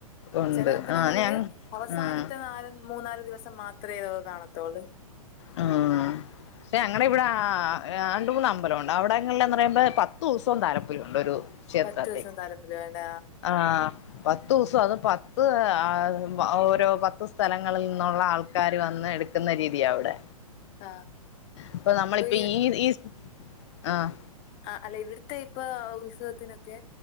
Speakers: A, on the left; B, on the left.
A: ഉണ്ട്
B: ചില അമ്പലങ്ങളില്
A: ആഹ് ഞ
B: അവസാനത്തെ
A: ആഹ്
B: നാല് മൂന്നാല് ദിവസം മാത്ര ഇതൊക്കെ കാണത്തോള്ളൂ
A: ആഹ് ആഹ് പക്ഷേ ഞങ്ങടെ ഇവിടെ ആഹ് ആഹ് രണ്ട് മൂന്ന് അമ്പലംഒണ്ട് അവിടെങ്ങളിൽ എന്ന് പറയുമ്പോ പത്തു ദിവസോം താലപ്പൊലി ഉണ്ട് ഒരു ക്ഷേത്രത്തി
B: പത്ത് ദിവസം താലപ്പൊലി വേണ്ട
A: ആഹ്. പത്തൂസം അത് പത്ത് ആഹ് ഓരോ പത്ത് സ്ഥലങ്ങളിൽ നിന്നുള്ള ആൾക്കാര് വന്ന് എട് ക്കുന്ന രീതിയാ അവിടെ
B: ആ
A: ഇപ്പ നമ്മളിപ്പീ
B: ഇപ്പൊ
A: ഈസ് ആഹ്
B: ആഹ് അല്ലെ ഇവിടത്തെ ഇപ്പോ ഉത്സവത്തിനൊക്കെ